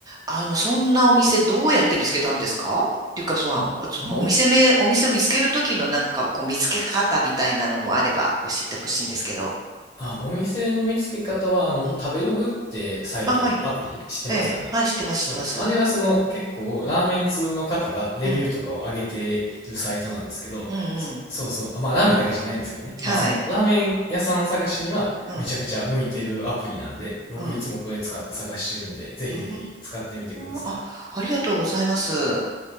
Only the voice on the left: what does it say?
ここの、
あ、お店の見つけ方は、あの、
食べログってサイト、
アプリ知ってますかねそう。
あれはその結構ラーメン通の方がレビューとかを上げてるサイトなんですけど、
そ、そうそう。あまあラーメンだけじゃないんですけどね。
まあそのラーメン屋さん探しにはめちゃくちゃ向いてるアプリなんで、
僕いつもこれ使って探してるんで、
ぜひぜひ使ってみてください。